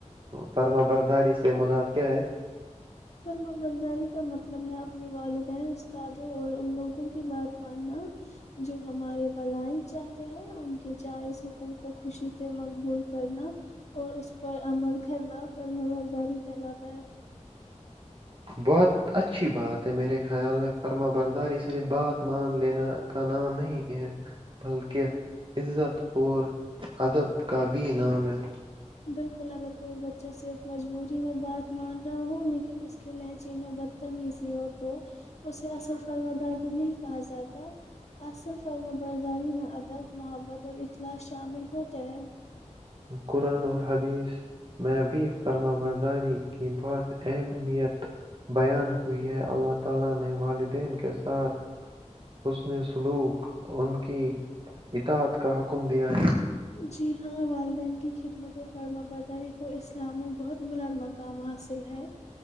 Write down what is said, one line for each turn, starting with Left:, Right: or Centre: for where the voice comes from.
Right: فرم برداری سے مراد کیا ہے
Left: پر میں بلداری کا مت مطلب ہے اپنی والدین استادوں اور ان لوگوں کی بات ماننا جو ہمارے بلائی چاہتے ہیں ان کی جائز حکم کو خوشی سے مقبول کرنا اور اس پر عمل کرنا پر میںبرداری کہلاتا ہے
Right: بہت اچھی بات ہے میرے خیال میں فرما برداری صرف بات مان لینا کا نام نہیں ہے بلکہ عزت اور ادب کا بھی نام ہے
Left: بالکل اگر کوئی بچہ صرف مجبوری جی میں بات مان رہا ہوں لیکن اس کے لہجے میں بدتم ہی سی ہو تو اسے اصل فرم دا بھی نہیں کہا جاتا اصل فرم و برداری میں ادب محبت اور اخلاص شامل ہوتے ہیں
Right: <unintelligible>
Left: جی ہاں والدین کی خدمت اور فما برداری کو اسلام میں بہت بلاد مقام حاصل ہے